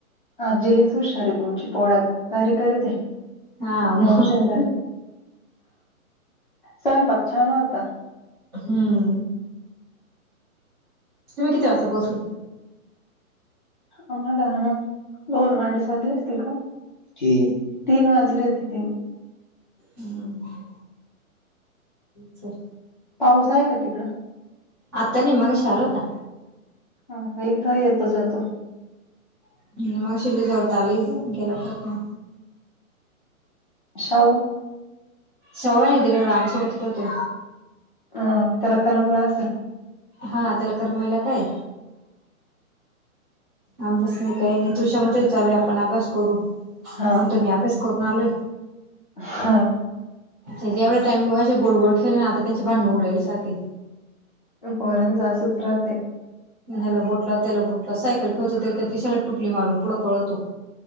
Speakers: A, on the left; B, on the right.
A: आजी लयच हुशार आहे तुमची, पोळ्या भारी करीत आहे,
B: हा
A: मावशी
B: मग
A: अन त्या. स्वयंपाक छान होता.
B: हम्म तुम्ही किती वाजता पोहोचले?
A: आम्हाला, आ दोन अडीच वाजले असतील का? तीन, तीन वाजले होते तीन.
B: हम्म च
A: पाऊस आहे का तिकडं?
B: आता नाही, मगाशी आला होता.
A: हा का, इथं ही येतो जातो.
B: हम्म, मगाशी लय जोरात आला इथं, गेला परत मग.
A: शाऊ
B: साऊ आहे ना तिकडं, राम्यासोबत खेळतो.
A: हा त्याला करमलं असल.
B: हा त्याला करमायला काय? अभ्यास नाही काही नाही, तुश्या म्हणतोय चालूया आपण अभ्यास करू.
A: हा
B: म्हणतोय मी अभ्यास करून आलोय.
A: हा
B: एवढ्या टाईम अशे गोड गोड खेळले, आता त्यांची भांडण होऊ राहिली सारखे.
A: पण पोराचं असच राहतंय.
B: ह्याला बोट लाव, त्याला बोट लाव सायकल खेळतोय तर त्या तिशाला टुपली मारून पुढं पळतो.